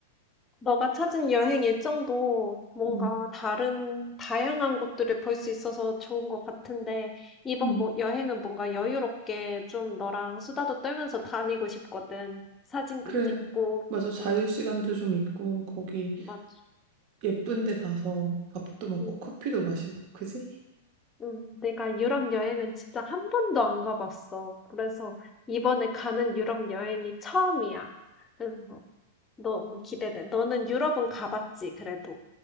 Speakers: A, on the left; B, on the right.
A: 너가 찾은 여행 일정도 뭔가
B: 음,
A: 다른, 다양한 곳들을 볼 수 있어서 좋은 것 같은데, 이번
B: 음.
A: 뭐, 여행은 뭔가 여유롭게 좀 너랑 수다도 떨면서 다니고 싶거든. 사진도
B: 그래.
A: 찍고,
B: 맞아. 자유
A: 응,
B: 시간도 좀 있고 거기
A: 맞아.
B: 예쁜 데 가서 밥도 먹고
A: 응.
B: 커피도 마시고 그지?
A: 음, 내가 유럽 여행은 진짜 한 번도 안 가봤어. 그래서 이번에 가는 유럽 여행이 처음이야. 그래서 너무 기대돼. 너는 유럽은 가봤지, 그래도.